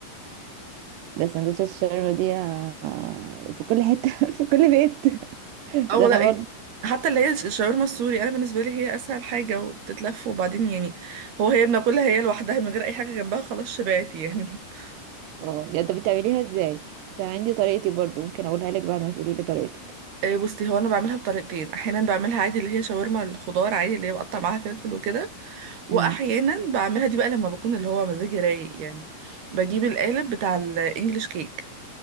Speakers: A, on the right; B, on the right.
A: ده سندوتشات الشاورما دي آه، في كل حتة <laughs> في كل بيت
B: او
A: ده
B: لا
A: انا
B: إيه.
A: برضو
B: حتى اللي هي الش- الشاورما السوري انا بالنسبه لي هي اسهل حاجه وبتتلف وبعدين يعني هو هي بناكلها هي لوحدها من غير اي حاجه جنبها خلاص شبعت يعني <laughs>
A: اه ده انت بتعمليها ازاي بس انا عندي طريقتي برضو ممكن اقولها لك بعد ما تقولي لي طريقتك
B: إيه بصي هو انا بعملها بطريقتين احيانا بعملها عادي اللي هي شاورما الخضار عادي اللي هي بقطع معاها فلفل وكده واحيانا
A: مم.
B: بعملها دي بقى لما بكون اللي هو مزاجي رايق يعني بجيب القالب بتاع الانجليش كيك